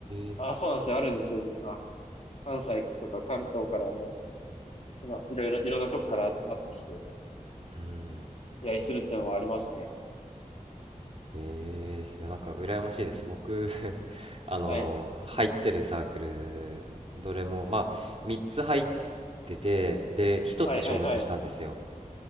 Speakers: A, on the right; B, on the left.
A: え、
B: あ、そうなんですよ。あるんですよ、実は。関西とか関東からもう、その、いろいろ、いろんなとこから集まってきて、
A: うん。
B: 出会いするっていうのはありますね。
A: ええ、いや、なんか、羨ましいです。僕、<laughs> あのー入ってるサークル、
B: はい。
A: どれも、まあ、3つ入ってて、で、1つ消滅したんですよ。
B: はいはいはい。